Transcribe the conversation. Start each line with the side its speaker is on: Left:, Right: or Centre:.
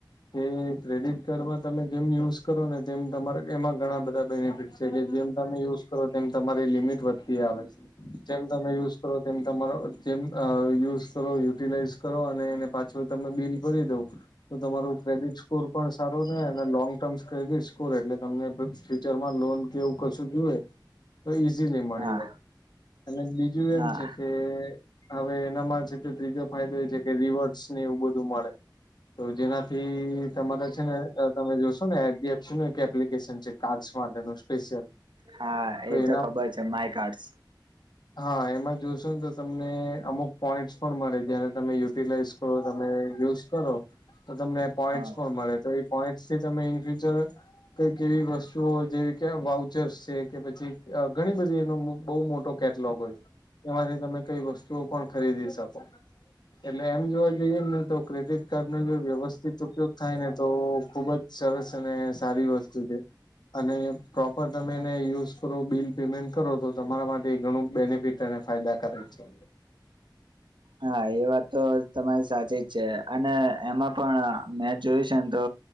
Left: કે ક્રેડિટ કાર્ડમાં તમે જેમ યુઝ કરો ને તેમ તમારા એમાં ઘણા બધા બેનિફિટ છે કે જેમ તમે યુઝ કરો તેમ તમારી લિમિટ વધતી આવે. જેમ તમે યુઝ કરો તેમ તમારો જેમ અ યુઝ કરો, યુટિલાઈઝ કરો અને એને પાછું તમે બિલ ભરી દો તો તમારું ક્રેડિટ સ્કોર પણ સારો રે અને લોંગ ટર્મ કહી ગઈ સ્કોર એટલે તમને ફ્યુચરમાં લોન કે એવું કશું જુવે તો ઈઝીલી મળી
Right: હા
Left: જાય. અને બીજું
Right: હા
Left: એમ છે કે હવે એનામાં છે તે ત્રીજો ફાયદો એ છે કે રિવડ્સને એવું બધું મળે. તો જેનાથી તમારે છે ને અ તમે જોશો ને એડીએફસીનું એક એપ્લિકેશન છે કાર્ડસ માટેનું સ્પેશિયલ.
Right: હા
Left: તો
Right: એતો ખબર છે માય કાર્ડસ.
Left: હહ એમાં જોશો ન તો તમને અમુક પોઈન્ટસ પણ મળે. જયારે તમે યુટિલાઈઝ કરો, તમે યુઝ કરો તો તમને પોઈન્ટસ
Right: હા
Left: પણ મળે તો એ પોઈન્ટસથી તમે ઇન ફ્યુચર કંઈક એવી વસ્તુઓ જેવી કે વાઉચર્સ છે કે પછી ઘણી બધી એનો બહુ મોટો કેટ લોગ હોય. એમાંથી તમે કઈ વસ્તુઓ પણ ખરીદી શકો. એટલે એમ જોવા જઈએ ને તો ક્રેડિટકાર્ડનો જો વ્યવસ્થિત ઉપયોગ થાય ને તો ખુબ જ સરસ અને સારી વસ્તુ છે. અને પ્રોપર તમે એને યુઝ કરો બિલ પેમેન્ટ કરો તો તમારા માટે એ ઘણું બેનિફિ ટ અને ફાયદાકારક છે.
Right: હા એ વાત તો તમારી સાચી જ છે અને એમાં પણ મેં જોયું છે ન તો